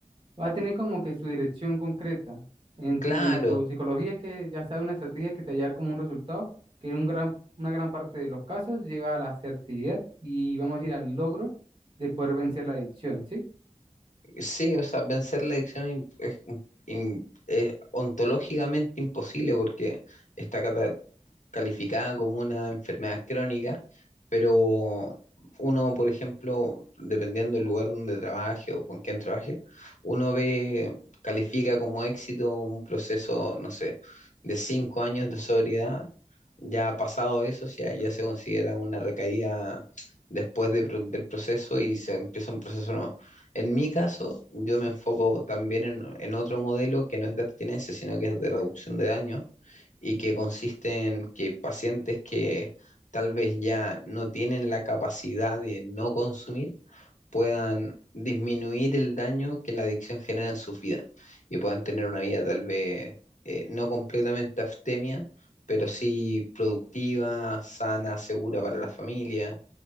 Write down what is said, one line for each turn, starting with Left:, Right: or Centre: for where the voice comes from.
Right: Va a tener como que su dirección concreta. En
Left: Claro,
Right: tu, en tu psicología es que ya sabes una estrategia que te va a llevar como un resultado, que en un gran, una gran parte de los casos lleva a la certidumbre y vamos a ir al logro de poder vencer la adicción, ¿sí?
Left: Sí, o sea, vencer la adicción es, imp- es im- im- es ontológicamente imposible porque está cata- calificada como una enfermedad crónica, pero uno, por ejemplo, dependiendo del lugar donde trabaje o con quién trabaje, uno ve, califica como éxito un proceso, no sé, de cinco años de sobriedad. Ya pasado eso, ya, ya se considera una recaída después de pro- del proceso y se empieza un proceso nuevo. En mi caso, yo me enfoco también en, en otro modelo que no es de abstinencia, sino que es de reducción de daño, y que consiste en que pacientes que tal vez ya no tienen la capacidad de no consumir puedan disminuir el daño que la adicción genera en su vida y puedan tener una vida tal vez eh, no completamente abstemia, pero sí productiva, sana, segura para la familia.